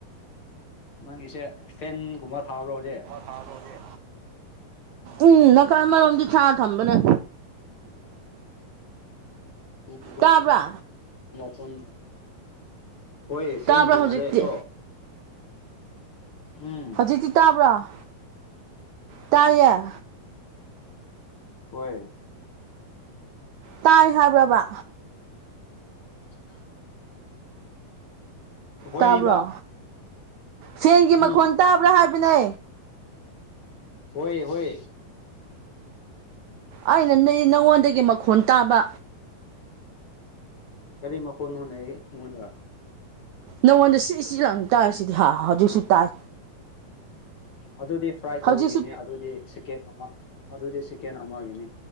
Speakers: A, on the left; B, on the right.
A: ꯅꯪꯒꯤꯁꯦ ꯐꯦꯟꯒꯨꯝꯕ ꯊꯥꯕ꯭ꯔꯣ ꯍꯧꯖꯤꯛ
B: ꯊꯥꯖꯦ ꯎꯝ ꯅꯥꯀꯜ ꯑꯃꯔꯣꯝꯗꯤ ꯁꯥ ꯊꯝꯕꯅꯦ
A: ꯨꯝꯨꯕ
B: ꯇꯥꯕ꯭ꯔꯥ
A: ꯃꯣꯟ ꯍꯣꯏ ꯁꯦꯟꯒꯤ
B: ꯇꯥꯕ꯭ꯔꯥ ꯍꯧꯖꯤꯛꯇꯤ
A: ꯃ ꯂꯩ ꯀꯣ ꯎꯝ
B: ꯤ ꯇꯥꯕ꯭ꯔꯣ ꯇꯥꯏꯌꯦ
A: ꯍꯣꯏꯦ
B: ꯇꯥꯏ ꯍꯥꯏꯕ꯭ꯔꯕ
A: <unintelligible> ꯍꯣꯏꯕ
B: ꯇꯥꯕ꯭ꯔꯣ ꯁꯦꯟꯒꯤ
A: ꯎꯝ
B: ꯃꯈꯣꯟ ꯇꯥꯕ꯭ꯔꯥ ꯍꯥꯏꯕꯅꯦ
A: ꯍꯣꯏ ꯍꯣꯏ
B: ꯑꯩꯅ ꯅꯣꯏ ꯅꯪꯉꯣꯟꯗꯒꯤ ꯃꯈꯣꯟ ꯇꯥꯕ
A: ꯀꯔꯤ ꯃꯈꯣꯟꯅꯣꯅꯦ ꯑꯩ ꯑꯩꯉꯣꯟꯗ
B: ꯅꯪꯉꯣꯟꯗ ꯁꯤ ꯏꯆꯤ ꯂꯪ ꯇꯥꯔꯁꯤꯗꯤ ꯍꯥ ꯍꯧꯖꯤꯛꯁꯨ ꯇꯥꯏ
A: ꯑꯗꯨꯗꯤ ꯐ꯭ꯔꯥꯏ
B: ꯍꯧꯖꯤꯛꯁꯨ
A: ꯇꯧꯕꯤꯒꯤꯅꯤ ꯑꯗꯨꯗꯤ ꯆꯤꯛꯀꯦꯟ ꯑꯗꯨꯗꯤ ꯁꯦꯀꯦꯟ ꯑꯃꯒꯤꯅꯤ